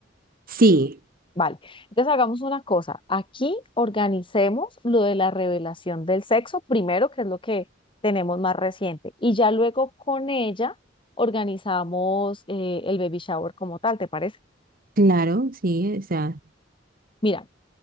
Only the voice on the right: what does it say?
Sí.
Claro, sí, o sea,